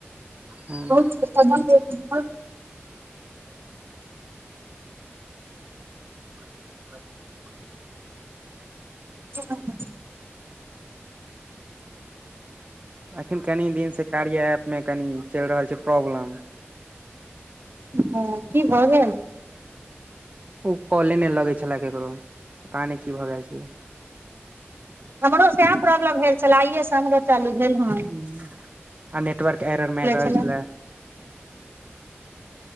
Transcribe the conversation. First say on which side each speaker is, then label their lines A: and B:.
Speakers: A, on the right; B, on the right.
A: हूँ
B: बहुत
A: <unintelligible>
B: ज <unintelligible>
A: अखन कनि दिन से कार्या ऐप मे कनि चलि रहल छै प्रॉब्लम
B: ह की भ गेल
A: ओ कॉले नहि लगै छलए केकरो पता नहि की भऽ गेल छलै
B: हमरो सएह प्रॉब्लम भेल छलै आइये स हमरो चालू भेल हन
A: हूँ। आ नेटवर्क एरर मारि रहल
B: छले
A: छलै